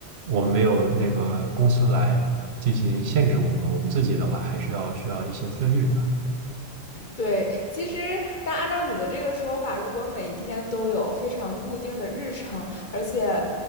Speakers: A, on the right; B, on the left.
A: 我们没有那个公司来进行限制我们，我们自己的话还是要需要一些自律的。
B: 对，其实但按照你的这个说法，如果每天都有非常固定的日程，而且